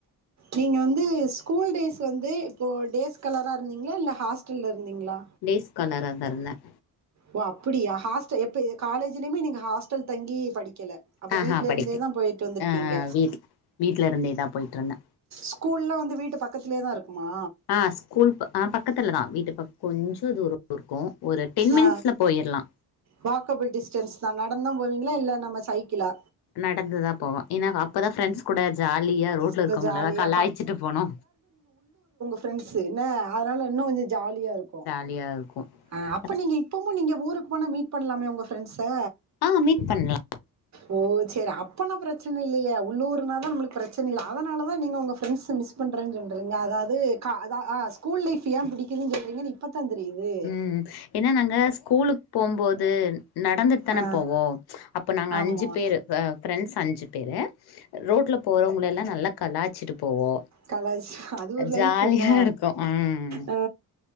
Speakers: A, on the right; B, on the left.
A: நீங்க வந்து ஸ்கூல் டேஸ் வந்து இப்போ டேஸ் காலரா இருந்தீங்ளா இல்ல ஹாஸ்டல்ல இருந்தீங்ளா
B: டேஸ் காலரா தா இருந்தேன்
A: ஓ அப்படியா ஹாஸ்டல் எப்ப இ காலேஜ்லயுமே நீங்க ஹாஸ்டல் தங்கி படிக்கல அப்ப
B: ஆஹா
A: வீட்ல
B: படிக்கு
A: இருந்தேதா போயிட்டு வந்திருக்கீங்க
B: ஆ வீட் வீட்ல இருந்தேதா போயிட்டு இருந்தே
A: ஸ்கூல்லா வந்து வீட்டு பக்கத்துலே தா இருக்குமா
B: ஆ ஸ்கூல் ப பக்கத்துல தா வீட்டு பக் கொஞ்ச தூர இருக்கு ஒரு டென்
A: ஆ
B: மினிட்ஸ்ல போயிர்லா
A: வாக்கபிள் டிஸ்டன்ஸ் தா நடந்துதா போவீங்ளா இல்ல நம்ம சைக்கிளா
B: நடந்துதா போவே ஏனா அ ப்பதா ஃப்ரெண்ட்ஸ் கூட ஜாலியா ரோட்ல
A: இப்ப
B: இருக்கவ்ங்களெல்லா
A: ஜாலியா
B: கலாய்ச்சிட்டு போணு
A: ஃப்ரெண்ட்ஸு இன்ன அதனால இன்னு கொஞ்ச ஜாலியா இருக்கு
B: ஜாலியா இருக்கு
A: அ அப்ப
B: அத
A: நீங்க இப்பமு நீங்க ஊருக்கு போனா மீட் பண்லாமே ஒங்க ஃப்ரெண்ட்ஸ
B: ஆ மீட் பண்லா
A: ஓ சேரி அப்பனா பிரச்சன இல்லையே உள்ளூர்னாதா நம்மளுக்கு பிரச்சனயே அதனால தா நீங்க உங்க ஃப்ரெண்ட்ஸ மிஸ் பண்றே சொல்றீங்ள அதாவ்து கா அதா ஆ ஸ்கூல் லைஃப் ஏ பிடிக்குதுன் சொல்றீங்கன் இப்பத்தா தெரியிது
B: ம் ஏனா நாங்கள் ஸ்கூலுக்கு போம்போது நடந்துட்டு தான
A: ஆ
B: போவோ அப்ப நாங்க
A: ஆமா
B: அஞ்சு பேரு எ ஃபிரண்ட்ஸ் அஞ்சு பேரு ரோட்ல போறவங்களெல்லா நல்லா கலாச்சிட்டு போவோ
A: கலாச்சு அது ஒரு
B: ஜாலியா
A: லைஃப் என்ன
B: இருக்கு ம்
A: ஆ